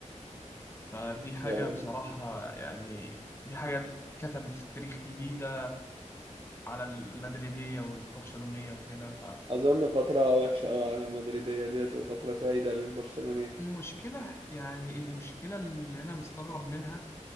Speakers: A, on the left; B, on the right.
A: فدي حاجة
B: يا ولد
A: بصراحة
B: الذين.
A: يعني دي حاجة كتبت في التاريخ جديدة على المدريدية والبرشلونية وكده
B: أظن فترة وحشة أوي على المدريدية ديت وفترة سعيدة للبرشلونية
A: فالمشكلة يعني المشكلة اللي أنا مستغرب منها